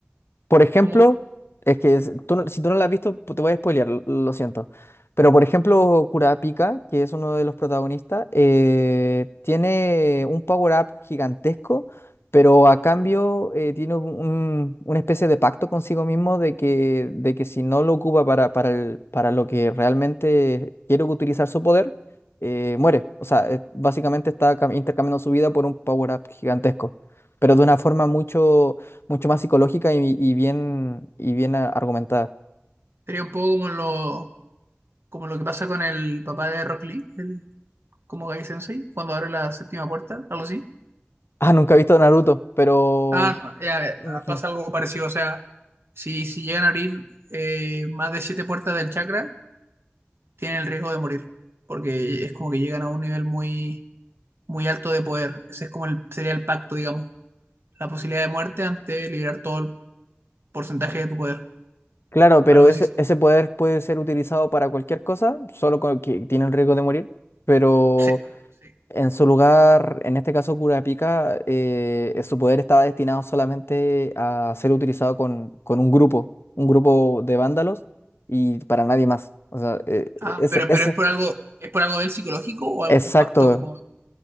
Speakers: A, on the left; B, on the right.
A: Por ejemplo,
B: Como,
A: es que es- tú no- si tú no la has visto, pu- te voy a spoilear, lo, lo siento. Pero por ejemplo, Kurapika, que es uno de los protagonistas, eh, tiene un power-up gigantesco, pero a cambio eh, tiene un- un- una especie de pacto consigo mismo de que, de que si no lo ocupa para, para, el- para lo que realmente quiere utilizar su poder, eh, muere. O sea, eh, básicamente está cam- intercambiando su vida por un power-up gigantesco, pero de una forma mucho mucho más psicológica y, y bien, y bien a- argumentada.
B: sería un poco como lo, como lo que pasa con el papá de Rock Lee, el, como Gai Sensei, cuando abre la séptima puerta, algo así.
A: Ah, <laughs> nunca he visto Naruto, pero
B: Ah, no, ya, eh,
A: me imagino.
B: pasa algo parecido, o sea, si, si llegan a abrir eh, más de siete puertas del chakra, tienen el riesgo de morir, porque es como que llegan a un nivel muy, muy alto de poder. Ese es como el, sería el pacto, digamos, la posibilidad de muerte ante liberar todo el porcentaje de tu poder,
A: Claro, pero
B: algo
A: ese,
B: así.
A: ese poder puede ser utilizado para cualquier cosa, solo con que tiene el riesgo de morir. Pero
B: Sí, sí.
A: en su lugar, en este caso Kurapika, eh, su poder estaba destinado solamente a ser utilizado con, con un grupo, un grupo de vándalos y para nadie más. O sea, eh,
B: Ah,
A: eh, ese,
B: pero,
A: ese,
B: pero es por algo, es por algo del psicológico o algún
A: exacto,
B: pacto como